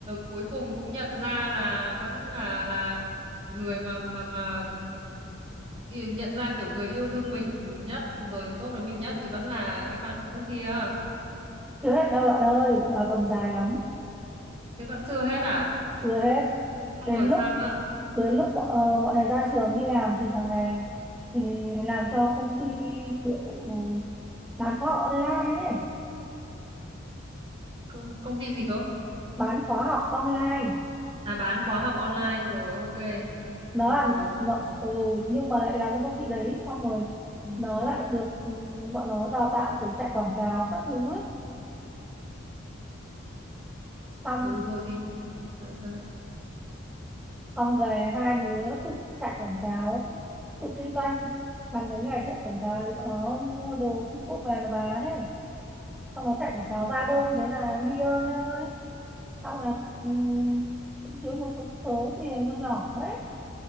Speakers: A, on the right (about 30°); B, in the centre.
A: cuối cùng cũng nhận ra là vẫn là là người mà mà mà ý- nhận ra kiểu người yêu thương mình nhất rồi tốt với mình nhất thì vẫn là cái bạn cũ kia.
B: chưa hết đâu bạn ơi đời còn dài lắm
A: Thế vẫn chưa hết à?
B: chưa hết
A: Xong
B: đến
A: rồi
B: lúc
A: sao nữa à?
B: đến lúc bọn, ờ, bọn này ra trường đi làm thì thằng này thì làm cho công ty kiểu ừ, bán khóa online ấy
A: Công công ty gì cơ?
B: bán khóa học online
A: À bán khóa học online rồi ok.
B: nó
A: Học
B: làm
A: luật.
B: nó, ừ, nhưng mà lại làm cho công ty đấy xong rồi
A: Ừ.
B: nó lại được ừ, bọn nó đào tạo từ chạy quảng cáo các thứ ấy xong
A: Ừ rồi thì là sao?
B: xong về hai đứa tự chạy quảng cáo tự kinh doanh bằng cái ngày chạy quảng cáo đấy bọn nó mua đồ Trung Quốc về là bán ấy xong nó chạy quảng
A: Ừ.
B: cáo ra đơn thế là đi đơn thôi xong là ừ, cũng thiếu một số, số tiền nó nhỏ đấy